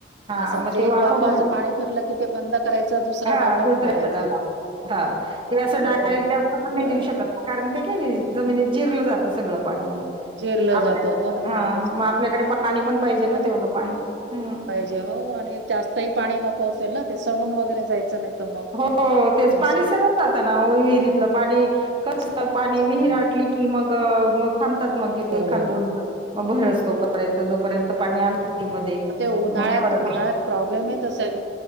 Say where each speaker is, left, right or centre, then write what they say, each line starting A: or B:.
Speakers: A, on the right; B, on the right.
A: हा
B: असं
A: मग
B: म्हणजे
A: ते वाफ
B: एक वाफाचं
A: भर
B: पाणी भरलं की ते बंद करायचं दुसरा
A: हा
B: वाफा
A: दुसऱ्या
B: भरायचा
A: ला ते अस
B: हो
A: डायरेट जास्त पण नाही
B: बरं
A: देऊ शकत नाही कारण ते काही जमिनीत जिरलं जातं सगळं पाणी म्हणे
B: जिरलं
A: आपल्या
B: जातं हो ना
A: हा
B: हो ना तेच
A: मग
B: नाही
A: आपल्याकडे पाणी पण पाहिजे
B: नाही
A: ना तेवढं पाणी हम्म
B: पाहिजे हो आणि जास्त ह पाणी नको असेल ना सडून वगैरे जायचं नाही. तर मग
A: हो तेच पाणी
B: असं
A: सरम जात ना विहिरीतलं पाणी कस
B: असं
A: पाणी विहिरअटली
B: हम्म,
A: की मग म थांबतात मग
B: बरोबर
A: एखाद दोन
B: आहे.
A: मग भरस तोपर्यंत जोपर्यंत
B: अरे,
A: पाणी आलं त मध्ये
B: मग ते उन्हाळ्यात
A: मग फरक
B: उन्हाळ्यात प्रॉब्लेम येत असेल